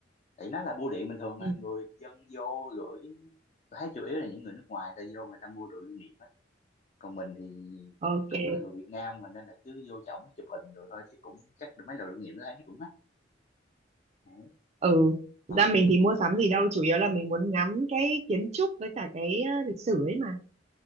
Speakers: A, on the left; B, on the right.
A: tại nó là bưu điện bình thường mà
B: ừ
A: người dân vô gửi tôi thấy chủ yếu là những người nước ngoài ta vô người ta mua đồ lưu niệm ấy còn mình thì
B: ok
A: cũng là người Việt Nam mà nên là cứ vô trỏng chụp hình rồi thôi chứ cũng chắc được mấy đồ lưu niệm đó thấy nó cũng mắc Đấy.
B: ừ
A: Còn-
B: Thực ra mình thì mua sắm gì đâu chủ yếu là mình muốn ngắm cái kiến trúc với cả cái ờ, lịch sử ấy mà